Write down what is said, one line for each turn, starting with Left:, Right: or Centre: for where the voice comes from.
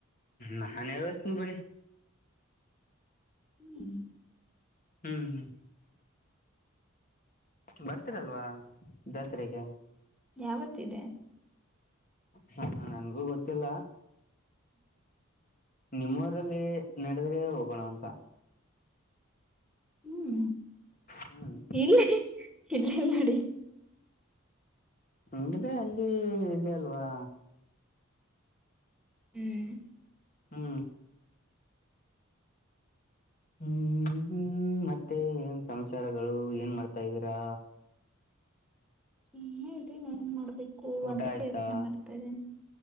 Left: ನನ್ ಹೇಸ್ತಿನಿ ಬಿಡಿ
Centre: ಹ್ಮ್
Left: ಹ್ಮ್ ಹ್ಮ್ ಬರ್ತೀರಲ್ವಾ ಜಾತ್ರೆಗೆ
Centre: ಯಾವತಿದೆ
Left: ಹ ನನ್ಗೂ ಗೊತ್ತಿಲ್ಲ ನಿಮ್ಮವರಲ್ಲಿ ನಡೆದ್ರೆ ಹೋಗೋಣ ಅಂತ
Centre: ಹ್ಮ್
Left: ಹ್ಮ್
Centre: ಇಲ್ಲಿ ಇಲ್ಲೆಲ್ಲ ನಡಿ
Left: ಅಂದ್ರೆ ಅಲ್ಲಿ ಇ ಅಲ್ವಾ
Centre: ಹ್ಮ
Left: ಹಾ ಹ್ಮ್ ಹ್ಮ್ಮ ಮತ್ತೆ ಏನ್ ಸಂಚಾರಗಳು ಏನ್ ಮಾಡ್ತಾದೀರಾ
Centre: ಸುಮ್ಮೆ ಇದೀನ್ ಏನ್ ಮಾಡೋಬೇಕು
Left: ಊಟ
Centre: ಅಂತ
Left: ಆಯ್ತಾ
Centre: ಯೋಚನೆ ಮಾಡ್ತಾ ಇದ್ದೀನಿ